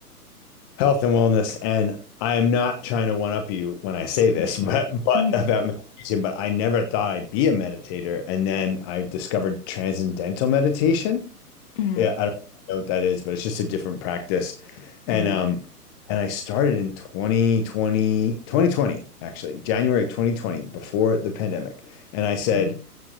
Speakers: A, on the left; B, on the left.
A: health and wellness. And I am not trying to one up you when I say this,
B: Mhm,
A: <laughs> but but
B: mhm,
A: about meditation, but I never thought I'd be a meditator. And then I discovered transcendental meditation.
B: mhm,
A: Yeah, I don't know what that is, but it's just a different practice. And
B: mhm,
A: um and I started in twenty twenty twenty twenty actually, January 2020 before the pandemic. And I said
B: mhm,